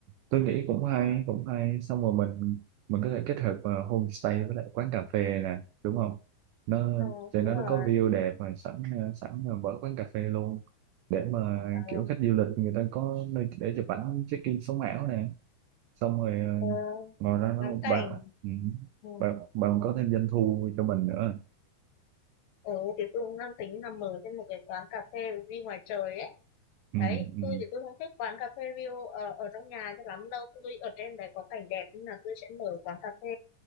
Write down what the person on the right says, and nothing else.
tôi nghĩ cũng hay cũng hay xong rồi mình mình có thể kết hợp ờ, homestay với lại quán cà phê nè đúng không nó
cho
nó nó
có view đẹp rồi sẵn ờ, sẵn là vỡ quán cà phê luôn để mà
kiểu khách du lịch người ta có nơi để chụp ảnh check in sống ảo nè xong rồi ờ,
ngồi ra
nó
bạn ừ,
bạn bạn có thêm doanh thu cho mình nữa
ừ,
ừ,